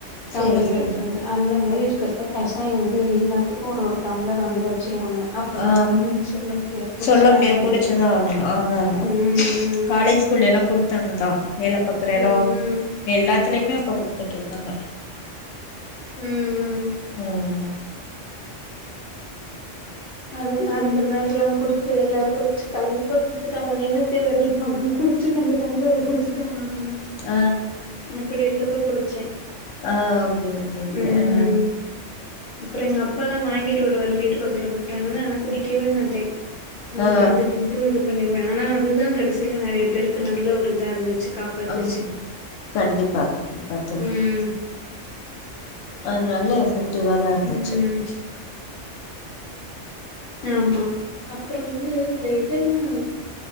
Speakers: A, on the left; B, on the left.
A: டள்ர்ல
B: சேரி சேரி
A: எடுத்துட்டுவந்து அந்த மாரி
B: ஆ
A: இருக்றப்ப கசாயோ வந்து எல்லாத்துக்கு ஒரு ஒரு டம்ளர் வந்து வச்சுருவாங்க அப்ப
B: ஆ
A: நம்ம ஒண்ணுமே சொல்ல முடியாது
B: சொல்ல முடியாது
A: ஆகணு
B: குடிச்சுதா ஆகணு ஆமா ஆமா
A: ம்
B: காலேஜ்குள்ளல்லா குடுத்தாங்கதா வேல பாக்ற
A: ம் ம்
B: எடோ
A: ம்
B: எல்லாத்துலியுமே அப்ப குடுத்துட்ருந்தாங்க
A: ம் ம்
B: ம்
A: அதுதா அந்த மாரில்லா குடுத்து எல்லாரு குடிச்சி கண்டிப்பா கு டுத்துட்டு அவங்க நின்னுட்டே வேற இருப்பாங்க குடிச்சுட்டு நம்ம டம்ளர குடுத்துதா ஆகணு
B: அ
A: அப்டி இருக்கப்ப குடிச்சே
B: ஆ ஓகே ஓகே ஓகே
A: ம்
B: ஆ
A: அப்றோ எங்க அப்பால்லா வாங்கிட்டு வருவாரு வீட்டு பக்கத்துல குடுக்குறாங்கன்னு ஆனா குடிக்கவே மாட்டே வந்துட்டு
B: ஆ
A: அங்குட்டு இங்குட்டு வந்து பண்ணிருவே ஆனா அதுதா கடைசியில நறைய பேருக்கு நல்ல ஒரு இதா இருந்துச்சு காப்பாத்துச்சு
B: ஆமா கண்டிப்பா கண்டிப்பா தோழி
A: ம்
B: அது நல்ல எஃபெக்டிவாதா இருந்துச்சு
A: ம் ஆமா அப்றோ வந்து இந்த இதெல்லா